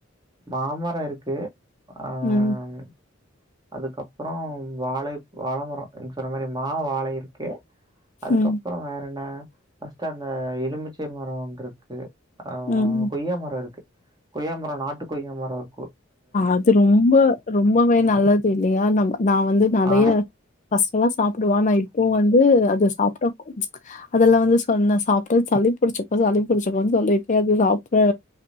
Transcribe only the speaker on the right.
மாமரோ இருக்கு அஹ்
அதுக்கப்றோ வாழை வாழமரோ நீங்க சொன்ன மாரி மா வாழை இருக்கு அதுக்கப்றோ
வேறென்ன ஃபஸ்ட்டு அந்த எலுமிச்சை மரோ ஒன்ருக்கு ஆஹ்
கொய்யா மரோ இருக்கு கொய்யா மரோ நாட்டு கொய்யா மரோ இருக்கு
ஆ.